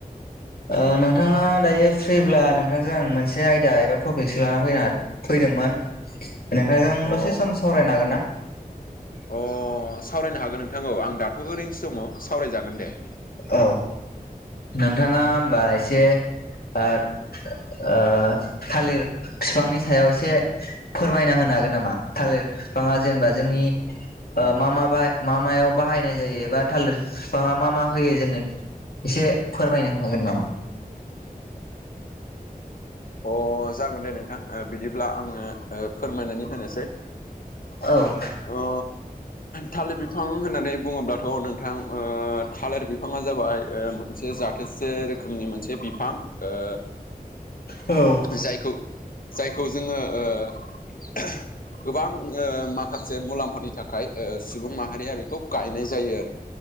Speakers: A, on the left (about 80°); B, on the left (about 65°).
A: ओ नोंथाङा दायो फ्रिब्ला नोंथांजों आं मोनसे आयदा एबा टपिकसो लाना फैनो हा फैदोंमोन। नोंथांजों
B: अ
A: दसे सम सावरायनो हागोन ना?
B: अ सावरायनो हागोन नोंथांखौ औ आं दाथ' ओरैनोसो दङ' सावरायजागोन दे।
A: औ, नोंथाङा होमबा एसे दाद ओ थालिर बिफांनि सायाव एसे फोरमायना होनो हागोन नामा? थालिर बिफाङा जेनेबा जोंनि ओ मा मा बाय मा मायाव बाहायनाय जायो बा थालिर बिफाङा मा मा होयो जोङो एसे फोरमायनो हागोन नामा?
B: अ जागोन दे नोंथां। ओ बिदिब्ला आङो ओ फोरमायनानै होनोसै
A: औ।
B: अ थालिर बिफां होननानै बुङोब्लाथ' नों थां ओ थालिर बिफाङा जाबाय ओ मोनसे जाथोसे रोखोमनि मोनसे बिफां ओ
A: औ।
B: जायखौ जायखौ जोङो ओ गोबां ओ माखासे मुलाम्फानि थाखाय ओ सुबुं माहारिया बेखौ गायनाय जायो आरो।